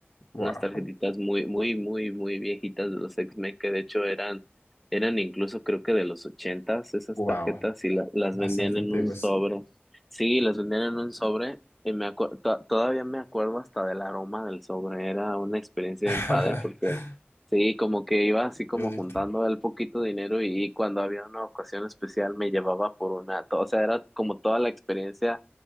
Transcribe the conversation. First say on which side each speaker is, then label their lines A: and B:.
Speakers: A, on the left; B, in the centre.
A: wow,
B: unas tarjetitas muy, muy, muy, muy viejitas de los X-Men, que de hecho eran, eran incluso creo que de los ochentas esas
A: wow,
B: tarjetas y la- las
A: bastante
B: vendían en
A: antiguas.
B: un sobre. Sí, las vendían en un sobre y me acu- to- todavía me acuerdo hasta del aroma del sobre, era una experiencia
A: <laughs>
B: bien padre porque sí, como que iba así como
A: Qué bonito.
B: juntando el poquito dinero y, cuando había una ocasión especial me llevaba por una, to- o sea, era como toda la experiencia